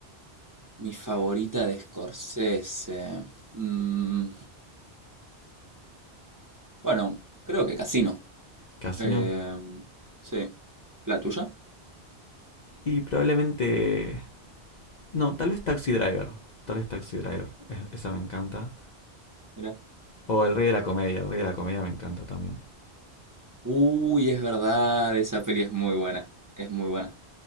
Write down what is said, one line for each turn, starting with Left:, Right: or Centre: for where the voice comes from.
Right: Mi favorita de Scorsese. Mm, bueno, creo que Casino.
Left: ¿Casino?
Right: Eh, sí. ¿La tuya?
Left: Y probablemente. No, tal vez Taxi Driver. Tal vez Taxi Driver. es- esa me encanta.
Right: Mira.
Left: O El Rey de la Comedia. El Rey de la Comedia me encanta también.
Right: Uy, es verdad, esa peli es muy buena. Es muy buena.